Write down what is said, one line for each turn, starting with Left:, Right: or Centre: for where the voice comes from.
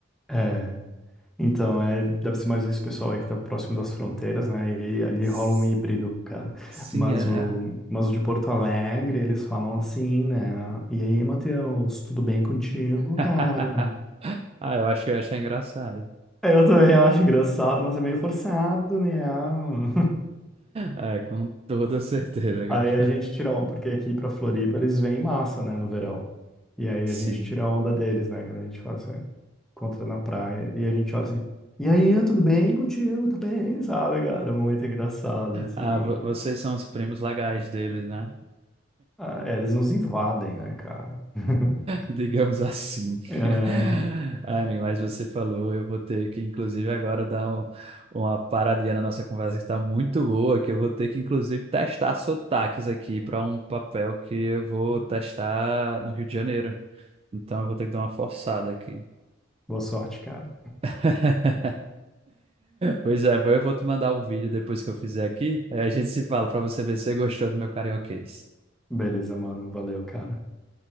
Centre: é, Então, é, deve ser mais esse pessoal aí que tá próximo das fronteiras, né? E ali
Right: S-
Centre: rola um híbrido, cara.
Right: Sim,
Centre: Mas
Right: é.
Centre: o, mas o de Porto Alegre, eles falam assim, né? E aí, Matheus, tudo bem contigo,
Right: <laughs>
Centre: cara?
Right: Ah, eu acho que eu ia engraçado.
Centre: Eu também acho engraçado, mas é meio forçado, né? <laughs>
Right: É, com toda certeza, cara.
Centre: Aí a gente tira, on- porque aqui pra Floripa eles vêm em massa, né, no verão. E aí
Right: Sim.
Centre: a gente tira a onda deles, né, cara? A gente faz assim. encontra na praia e a gente olha assim, e aí, tudo bem contigo? Tudo bem, <laughs> sabe, cara? Muito engraçado, assim.
Right: Ah, vo-
Centre: cara.
Right: vocês são os primos legais deles, né?
Centre: Ah, é, eles nos invadem, né, cara? <laughs>
Right: digamos assim.
Centre: É,
Right: <laughs> Ai, amigo, mas você falou, eu vou ter que, inclusive, agora dar um- uma paradinha na nossa conversa que está muito boa, que eu vou ter que, inclusive, testar sotaques aqui para um papel que eu vou testar no Rio de Janeiro. Então, eu vou ter que dar uma forçada aqui.
Centre: boa sorte, cara.
Right: <laughs> Pois é, eu vou te mandar o vídeo depois que eu fizer aqui. Aí a gente se fala para você ver se você gostou do meu carioquês.
Centre: Beleza, mano. Valeu, cara.